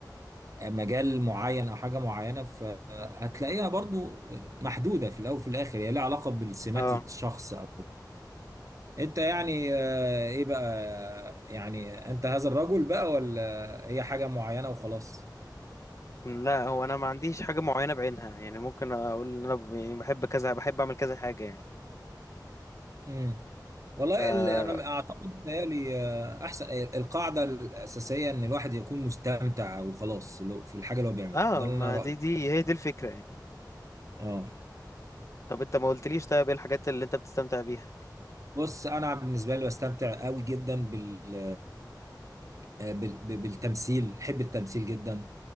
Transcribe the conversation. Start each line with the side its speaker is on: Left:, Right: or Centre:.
Right: آه، مجال معين او حاجة معينة فهتلاقيها برضو محدودة في الاول وفي الاخر هي لها علاقة بالسمات
Left: اه
Right: الشخص او انت يعني آه، ايه بقى يعني انت هذا الرجل بقى ولا هي حاجة معينة وخلاص
Left: مم، لا هو انا ما عنديش حاجة معينة بعينها يعني ممكن اقول ان انا ب- يعني بحب كذا بحب اعمل كذا حاجة يعني
Right: امم والله
Left: اه
Right: ال- انا بس اعتقد بيتهيألي آه، احسن آه، القاعده الاساسيه ان الواحد يكون مستمتع وخلاص لو- في الحاجه اللي هو بيعملها
Left: اه
Right: ده اللي
Left: ما
Right: انا رايي
Left: دي دي هي دي الفكرة يعني
Right: اه
Left: طب انت ما قلتليش طيب ايه الحاجات اللي انت بتستمتع بيها
Right: وبص انا بالنسبه لي بستمتع قوي جدا بال... آه، بال... ب- بالتمثيل بحب التمثيل جدا